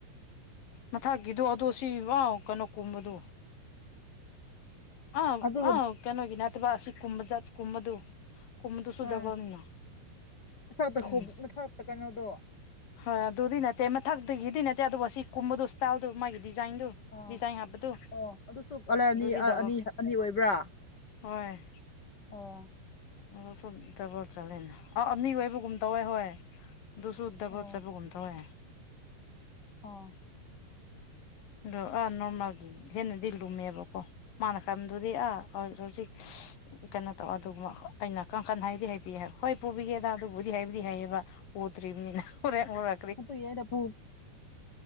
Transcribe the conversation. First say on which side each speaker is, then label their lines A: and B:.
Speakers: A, on the left; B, on the left.
A: ꯃꯊꯛꯀꯤꯗꯣ ꯑꯗꯨ ꯁꯤꯕꯥꯎ ꯀꯩꯅꯣꯀꯨꯝꯕꯗꯣ ꯑꯥꯞ
B: ꯑꯗꯨꯒ
A: ꯑꯥ ꯀꯩꯅꯣꯒꯤ ꯅꯠꯇꯕ ꯑꯁꯤ ꯀꯨꯝꯕ ꯆꯠ ꯀꯨꯝꯕꯗꯨ ꯀꯨꯝꯕꯗꯨꯁꯨ
B: ꯑꯥ
A: ꯗꯕꯜꯅꯤꯅ
B: ꯃꯊꯛꯇ
A: ꯎꯝ
B: ꯈꯣꯝ ꯃꯊꯛꯇ ꯀꯩꯅꯣꯗꯣ
A: ꯍꯣꯏ ꯑꯗꯨꯗꯤ ꯅꯠꯇꯦ ꯃꯊꯛꯇꯒꯤꯗꯤ ꯅꯠꯇꯦ ꯑꯗꯨꯕꯨ ꯑꯁꯤ ꯀꯨꯝꯕꯗꯣ ꯁ꯭ꯇꯥꯏꯜꯗꯣ ꯃꯥꯒꯤ ꯗꯤꯖꯥꯏꯟꯗꯨ
B: ꯑꯥ
A: ꯗꯤꯖꯥꯏꯟ ꯍꯥꯞꯄꯗꯨ
B: ꯑꯣ ꯑꯗꯨꯁꯨ ꯀꯥꯂꯔꯗꯤ
A: ꯑꯗꯨꯗꯤ
B: ꯑꯥ
A: ꯗꯕꯜ
B: ꯑꯅꯤ ꯑꯅꯤ ꯑꯣꯏꯕ꯭ꯔꯥ
A: ꯍꯣꯏ
B: ꯑꯣ
A: ꯑꯥ ꯁꯨꯝ ꯊꯕꯛ ꯆꯠꯂꯦꯅꯦ ꯑꯥꯎ ꯑꯅꯤ ꯑꯣꯏꯕꯒꯨꯝ ꯇꯧꯋꯦ ꯍꯣꯏ ꯗꯨꯁꯨ ꯗꯕꯜ
B: ꯑꯣ
A: ꯆꯠꯄꯒꯨꯝ ꯇꯧꯌꯦ
B: ꯑꯣ
A: ꯑꯗꯨ ꯑꯥ ꯅꯣꯔꯃꯦꯜꯒꯤ ꯍꯦꯟꯅꯗꯤ ꯂꯨꯝꯃꯦꯕꯀꯣ ꯃꯥꯅ ꯈꯝꯕꯗꯨꯗꯤ ꯑꯥ ꯍꯧ ꯍꯧꯖꯤꯛ ꯀꯩꯅꯣ ꯇꯧ ꯑꯗꯨꯒꯨꯝꯕ ꯑꯥ ꯑꯩꯅ ꯀꯥꯡꯈꯜ ꯍꯥꯏꯗꯤ ꯍꯥꯏꯄꯤꯌꯦ ꯍꯣꯏ ꯄꯨꯕꯤꯒꯦꯗ ꯑꯗꯨꯕꯨꯗꯤ ꯍꯥꯏꯕꯨꯗꯤ ꯍꯥꯏꯌꯦꯕ ꯎꯗ꯭ꯔꯤꯕꯅꯤꯅ ꯍꯣꯔꯦꯟ ꯎꯔꯥ__
B: ꯍꯥꯞꯄꯨ ꯏꯌꯔꯗ ꯐꯧ